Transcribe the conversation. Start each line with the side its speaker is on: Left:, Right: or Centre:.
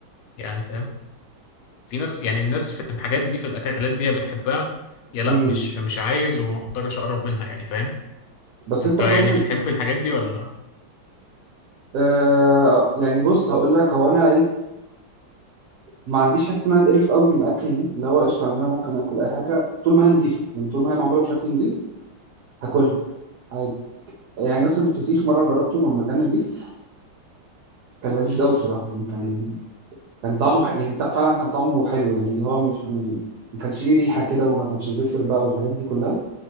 Left: يعني فاهم في ناس يعني الناس في الحاجات دي في الاكلات دي يا بتحبها يا لا
Right: مم.
Left: مش مش عايز وما اقدرش اقرب منها يعني فاهم
Right: بس
Left: انت
Right: انت كويس
Left: يعني بتحب
Right: إن-
Left: الحاجات دي ولا
Right: آه يعني بص هقول لك هو انا ايه ما عنديش حته ان انا اتقرف قوي من الاكل دي اللي هو قشطه يعني انا ممكن اكل اي حاجه طول ما هي نضيفه يعني طول ما هي معموله بشكل نضيف هاكلها عادي يعني مثلا الفسيخ مره جربته من مكان نضيف كان لذيذ قوي بصراحه يعني كان كان طعمه ح... يعني تع- فعلا كان طعمه حلو يعني اللي هو مش م- ما كانش ليه ريحة كده وما كانش زفر بقى والحاجات دي كلها